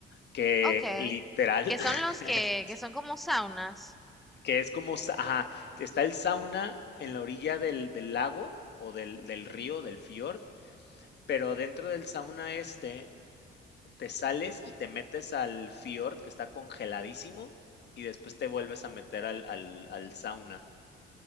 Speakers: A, on the left; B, in the centre.
A: que
B: Ok,
A: literal,
B: que
A: <laughs>
B: son los que, que son como saunas.
A: que es como, sa- ajá, está el sauna en la orilla del, del lago o del, del río, del fiord, Pero dentro del sauna este, te sales y te metes al fiord, que está congeladísimo, y después te vuelves a meter al, al, al sauna.